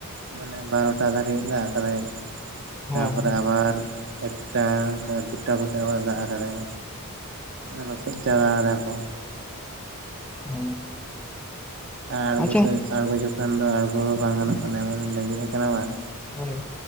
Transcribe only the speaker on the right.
ᱢᱟᱱᱮ ᱵᱟᱨᱚᱴᱟ ᱫᱷᱟᱹᱨᱤᱡ ᱫᱟᱜ ᱠᱟᱫᱟᱭ᱾
ᱛᱟᱯᱚᱨᱮ ᱟᱵᱟᱨ ᱮᱠᱴᱟ ᱚᱱᱠᱟ ᱫᱩᱴᱟ ᱠᱚᱥᱮᱡ ᱟᱵᱟᱨ ᱫᱟᱜ ᱠᱟᱫᱟᱭ᱾ ᱞᱚᱥᱚᱫ ᱪᱟᱵᱟ ᱟᱠᱟᱫᱟ ᱠᱚ
ᱟᱨ ᱟᱬᱜᱚ
ᱟᱬᱜᱚ ᱡᱚᱠᱷᱟᱱ ᱫᱚ ᱟᱬᱜᱚ ᱦᱚᱸ ᱵᱟᱝ ᱜᱟᱱᱚᱜ ᱠᱟᱱᱟ ᱮᱢᱚᱱ ᱞᱮᱸᱡᱮᱫ ᱠᱟᱱᱟ ᱵᱟᱝ